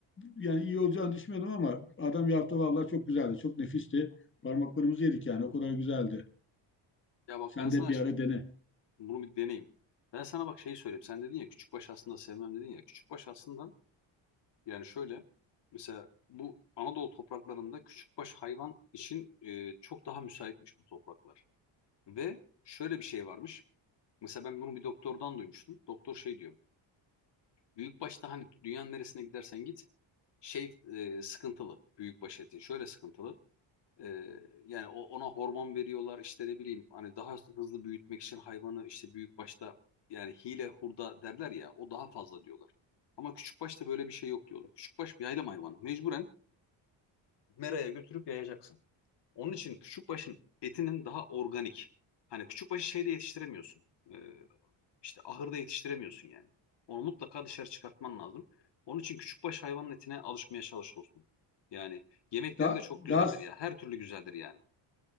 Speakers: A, on the left (about 25°); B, on the left (about 55°).
A: yani iyi olacağını düşünmüyordum ama adam yaptı vallahi çok güzeldi. Çok nefisti. Parmaklarımızı yedik yani. O kadar güzeldi.
B: Ya bak
A: Sen
B: ben sana
A: de bir
B: ş-
A: ara dene.
B: bunu bir deneyim. Ben sana bak şeyi söyleyeyim. Sen dedin ya küçükbaş aslında sevmem dedin ya. Küçükbaş aslında yani şöyle mesela bu Anadolu topraklarında küçükbaş hayvan için e, çok daha müsaitmiş bu topraklar. Ve şöyle bir şey varmış. Mesela ben bunu bir doktordan duymuştum. Doktor şey diyor. Büyükbaşta hani dünyanın neresine gidersen git şey e, sıkıntılı büyükbaş etin şöyle sıkıntılı E, yani o, ona hormon veriyorlar işte ne bileyim hani daha hızlı büyütmek için hayvanı işte büyükbaşta yani hile hurda derler ya o daha fazla diyorlar. Ama küçükbaşta böyle bir şey yok diyorlar. Küçükbaş bir yaylım hayvanı. Mecburen meraya götürüp yayacaksın. Onun için küçükbaşın etinin daha organik. Hani küçükbaşı şeyde yetiştiremiyorsun. E, işte ahırda yetiştiremiyorsun yani. Onu mutlaka dışarı çıkartman lazım. Onun için küçükbaş hayvanın etine alışmaya çalış dostum. Yani yemekleri
A: Da,
B: de çok
A: daha
B: güzeldir ya. Her türlü güzeldir yani.